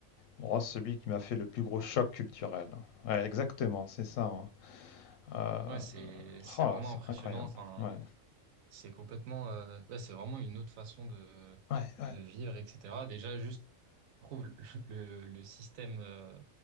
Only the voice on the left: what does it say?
bon, celui qui m'a fait le plus gros choc culturel. Ouais, exactement, c'est ça. hein. Euh,
oh
là, c'est
incroyable.
Ouais,
ouais, ouais.